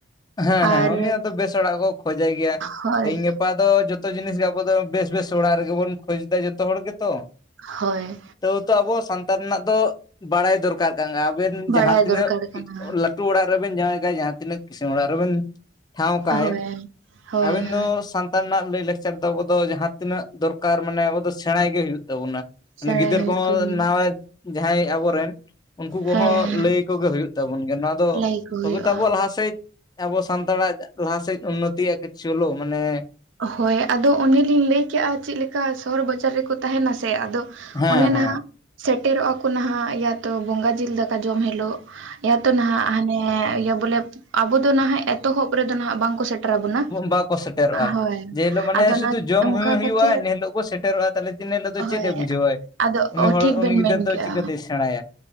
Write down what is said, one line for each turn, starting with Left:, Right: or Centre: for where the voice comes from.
Left: ᱦᱮᱸ ᱦᱮᱸ
Right: ᱟᱨ
Left: ᱩᱱᱤ ᱦᱚᱸ ᱟᱫᱚ ᱵᱮᱥ ᱚᱲᱟᱜ ᱠᱚ ᱠᱷᱚᱡᱟᱭ ᱜᱮᱭᱟ
Right: ᱦᱳᱭ
Left: ᱛᱮᱦᱤᱧ ᱜᱟᱯᱟ ᱫᱚ ᱡᱚᱛᱚ ᱡᱤᱱᱤᱥ ᱜᱮ ᱟᱵᱼᱼ ᱵᱚ ᱫᱚ ᱵᱮᱥ ᱵᱮᱥ ᱚᱲᱟᱜ ᱨᱮᱜᱮ ᱵᱚᱱ ᱠᱷᱚᱡᱽ ᱫᱟ ᱡᱚᱛᱚ ᱦᱚᱲ ᱜᱮᱛᱚ᱾
Right: ᱦᱳᱭ
Left: ᱛᱟᱹᱣ ᱛᱚ ᱟᱵᱚ ᱥᱟᱱᱛᱟᱲ ᱨᱮᱱᱟᱜ ᱫᱚ ᱵᱟᱲᱟᱭ ᱫᱚᱨᱠᱟᱨ ᱠᱟᱱ ᱜᱟ ᱟᱵᱮᱱ
Right: ᱵᱟᱲᱟᱭ
Left: ᱡᱟᱦᱟᱸ ᱛᱤᱱᱟᱹᱜ
Right: ᱫᱚᱨᱠᱟᱨ ᱠᱟᱱᱟ
Left: ᱩ ᱸ ᱞᱟᱠᱼᱼ ᱴᱩ ᱚᱲᱟᱜ ᱨᱮᱵᱮᱱ ᱡᱟᱸᱶᱟᱭ ᱠᱟᱭ ᱡᱟᱦᱟᱸ ᱛᱤᱱᱟᱹᱜ ᱠᱤᱥᱟᱹᱬ ᱚᱲᱟᱜ ᱨᱮᱵᱮᱱ ᱴᱷᱟᱶ ᱠᱟᱭᱼᱼ
Right: ᱦᱳᱭ ᱦᱳᱭ
Left: ᱟᱵᱮᱱ
Right: ᱦᱳᱭ
Left: ᱫᱚ ᱥᱟᱱᱼᱼ ᱛᱟᱱ ᱨᱮᱱᱟᱜ ᱞᱟᱹᱭᱼᱞᱟᱠᱪᱟᱨ ᱫᱚ ᱟᱵᱚ ᱫᱚ ᱡᱟᱦᱟᱸ ᱛᱤᱱᱟᱹᱜ ᱫᱚᱨᱠᱟᱨ ᱢᱟᱱᱮ ᱟᱵᱚ ᱫᱚ ᱥᱮᱸᱬᱟᱭ ᱜᱮ ᱦᱩᱭᱩᱜ ᱛᱟᱵᱚᱱᱟ
Right: ᱥᱮᱬᱟᱭ
Left: ᱜᱤᱫᱟᱹᱨ
Right: ᱦᱩᱭᱩᱜ
Left: ᱠᱚᱦᱚᱸ
Right: ᱛᱟᱵᱚᱱᱟ
Left: ᱱᱟᱦᱚᱭ ᱡᱟᱸᱦᱟᱸᱭ ᱟᱵᱚᱨᱮᱱᱼᱼ ᱩᱱᱠᱩ ᱠᱚᱦᱚᱸ
Right: ᱦᱮᱸ
Left: ᱞᱟᱹᱭ ᱟᱠᱚ ᱜᱮ ᱦᱩᱭᱩᱜ ᱛᱟᱵᱚᱱ ᱜᱮᱭᱟ ᱱᱚᱣᱟ ᱫᱚ
Right: ᱞᱟᱹᱭ ᱠᱚ
Left: ᱛᱚᱵᱮ
Right: ᱦᱩᱭᱩᱜᱼᱟ
Left: ᱛᱚ ᱟᱵᱚᱣᱟᱜ ᱞᱟᱦᱟᱟᱥᱮᱫ ᱟᱵᱚ ᱥᱟᱱᱛᱟᱲᱟᱜ ᱞᱟᱦᱟᱟᱥᱮᱡᱽ ᱩᱱᱱᱚᱛᱤᱜᱼᱟ ᱠᱤᱪᱩ ᱦᱩᱞᱳ ᱢᱟᱱᱮᱼᱼ
Right: ᱦᱳᱭ ᱟᱫᱚ ᱚᱱᱮᱞᱤᱧ ᱞᱟᱹᱭᱠᱮᱜᱼᱟ ᱪᱮᱫᱠᱟ ᱥᱚᱦᱚᱨ ᱵᱟᱡᱟᱨ ᱨᱮᱠᱚ ᱛᱟᱦᱮᱱᱟ ᱥᱮ ᱟᱫᱚᱼᱼ
Left: ᱦᱮᱸ
Right: ᱚᱱᱮ
Left: ᱦᱮᱸ
Right: ᱱᱟᱦᱟᱜ ᱥᱮᱴᱮᱨᱚᱜᱼᱟ ᱠᱚ ᱱᱟᱦᱟᱜ ᱤᱭᱟ ᱛᱚ ᱵᱚᱸᱜᱟ ᱡᱤᱞ ᱫᱟᱠᱟ ᱡᱚᱢ ᱦᱤᱞᱳᱜ ᱦᱮᱸ ᱛᱚ ᱱᱟᱦᱟᱜ ᱦᱟᱱᱮ ᱤᱭᱟᱹ ᱵᱚᱞᱮ ᱟᱵᱚ ᱫᱚ ᱱᱟᱦᱟᱜ ᱮᱛᱚᱦᱚᱵᱽ ᱨᱮᱫᱚ ᱱᱟᱦᱟᱜ ᱵᱟᱝ ᱠᱚ ᱥᱮᱴᱮᱨᱟ ᱵᱚᱱᱟ
Left: ᱵᱟᱠᱚ ᱥᱮᱴᱮᱨᱚᱜᱼᱟ
Right: ᱦᱳᱭ
Left: ᱡᱮ ᱦᱤᱞᱳᱜ ᱢᱟᱱᱮ
Right: ᱟᱫᱚ
Left: ᱥᱩᱫᱷᱩ
Right: ᱱᱟ
Left: ᱡᱚᱢ
Right: ᱚᱝᱠᱟ
Left: ᱦᱩᱭᱩᱜᱼᱟ
Right: ᱠᱟᱛᱮᱜ
Left: ᱤᱱᱟᱹ ᱦᱤᱞᱳᱜ ᱠᱚ ᱥᱮᱴᱮᱨᱚᱜᱼᱟ ᱛᱟᱦᱚᱞᱮ ᱛᱤᱱᱟᱹ ᱦᱤᱞᱳᱜ ᱫᱚ
Right: ᱦᱳᱭ᱾
Left: ᱪᱮᱫ ᱮ ᱵᱩᱡᱷᱟᱹᱣᱟᱭ
Right: ᱟᱫᱚ
Left: ᱩᱱᱤ
Right: ᱚ
Left: ᱦᱚᱲ
Right: ᱴᱷᱤᱠ
Left: ᱩᱱᱤ
Right: ᱵᱮᱱ
Left: ᱜᱤᱫᱟᱹᱨ
Right: ᱢᱮᱱᱠᱮᱜ-ᱟ,
Left: ᱫᱚ ᱪᱤᱠᱟᱹᱛᱮᱭ ᱥᱮᱬᱟᱭᱟ